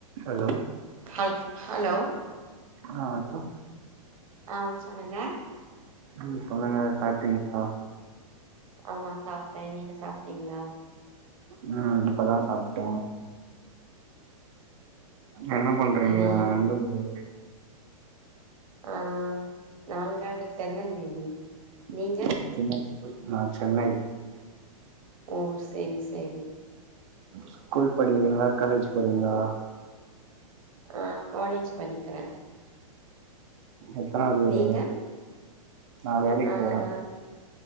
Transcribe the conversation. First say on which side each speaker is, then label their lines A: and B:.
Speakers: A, on the right (about 50°); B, on the right (about 65°).
A: Hello
B: hi hello
A: hello
B: ஆ சொல்லுங்க
A: நீங்க சொல்லுங்க சாப்ட்டீங்களா
B: ஆமா சாப்ட்டே நீங்க சாப்ட்டீங்ளா
A: நா இப்பதா சாப்ட்ட என்ன பண்றீங்க
B: சரி
A: எந்த ஊரு
B: ஆ நாங்கங்க திருநெல்வேலி
A: <unintelligible>
B: நீங்க
A: நா சென்னை
B: ஓ செரி செரி
A: ஸ்கூல் படிக்கிரீங்ளா காலேஜ் போறீங்ளா
B: ஆ காலேஜ் படிக்கிற
A: எத்தனாவது இயரு
B: நீங்க
A: நா வேலைக்
B: ஆ
A: போற
B: நா